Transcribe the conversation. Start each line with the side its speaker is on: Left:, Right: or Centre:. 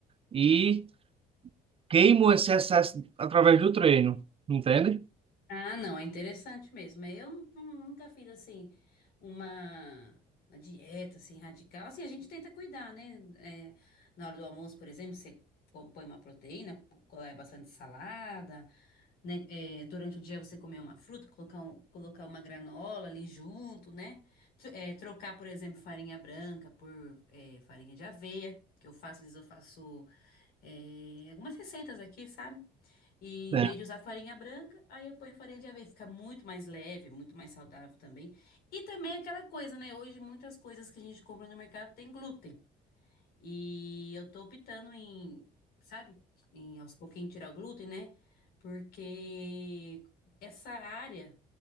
Right: e queimo esse excesso através do treino, entende?
Left: Ah, não, é interessante mesmo. É, Eu nu- nu- nunca fiz assim uma, uma dieta assim radical. Assim, a gente tenta cuidar, né? É, na hora do almoço, por exemplo, você co- põe uma proteína, co- é bastante salada né, é, durante o dia você comer uma fruta, colocar, um- colocar uma granola ali junto, né? Tro- é, trocar, por exemplo, farinha branca por é, farinha de aveia, que eu faço, às vezes eu faço é, algumas receitas aqui, sabe? E
Right: É,
Left: em vez de usar farinha branca, aí eu ponho farinha de aveia, fica muito mais leve, muito mais saudável também. E também é aquela coisa, né? Hoje muitas coisas que a gente compra no mercado tem glúten. E eu tô optando em, sabe, em aos pouquinhos tirar o glúten, né? Porque essa área,